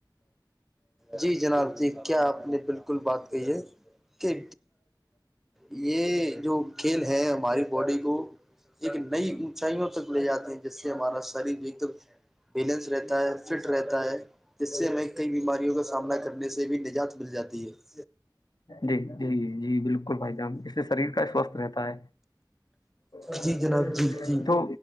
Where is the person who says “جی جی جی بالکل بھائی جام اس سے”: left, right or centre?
Left